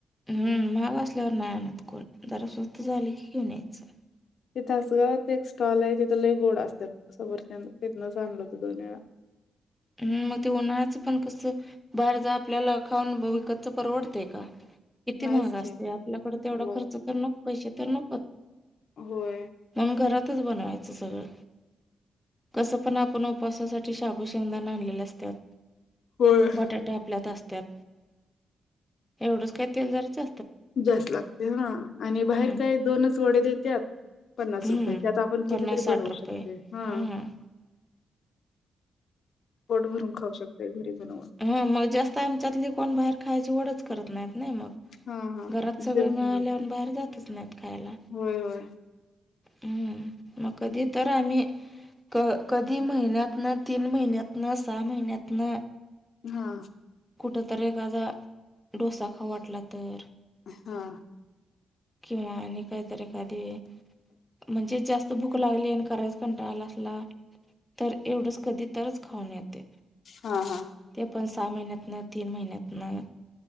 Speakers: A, in the centre; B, on the left.
A: हम्म, महाग असल्यावर नाही आणत कोण, जरा स्वस्त झाले की घेऊन यायचं.
B: तिथ तासगावात एक स्टॉल हाय तिथ लय गोड असत्यात सफरचंद तिथनंच आणल होत दोन वेळा.
A: हम्, मग ते उन्हाळचं पण कसं बाहेरच आपल्याला खाऊन, विकतच परवडतंय का? किती
B: नाहीच
A: महाग असतय,
B: की
A: आपल्याकड तेवढा
B: होय.
A: खर्च तर नक पैशे तर नकोत
B: होय
A: म्हणून घरातच बनवायचं सगळं, कस पण आपण उपावासासाठी शाबुची शेंगदाण आणलेले असत्यात,
B: होय
A: बटा ते आपल्यात असत्यात, एवढंच काय तेल जराचं
B: जास्त लागतय हा आणि
A: हम्म,
B: बाहेर काय दोनच वडे देत्यात. पन्नास
A: हम्म.
B: रुपये त्यात आपण
A: पन्नास
B: कितीतरी
A: साठ
B: बनवू
A: रुपये.
B: शकतोय. हा
A: हम्म,
B: पोट भरून खाऊ शकतोय घरी बनवून
A: हा मग जास्त आमच्यातली कोण बाहेर खायची वढंच करत नाहीत, नही मग
B: हा हा.
A: घरात
B: तेच
A: सगळं मिळाळ्यावर
B: बनवते.
A: बाहेर जातच नाहीत खायाला.
B: होय होय
A: हम् मग कधी तर आम्ही कधी महिन्यात न तीन महिन्यात, - न सहा महिन्यातन
B: हा.
A: कुठंतरी एखादा डोसा खावु वाटला तर.
B: हा.
A: किंवा आणि काहीतरी एखादीे म्हणजे जास्त भूक लागली, आणि करायच कंटाळा आला असला तर एवढंच कधी तरच खाऊन येते.
B: हा हा.
A: ते पण सहा महिन्यात न, तीन महिन्यात न.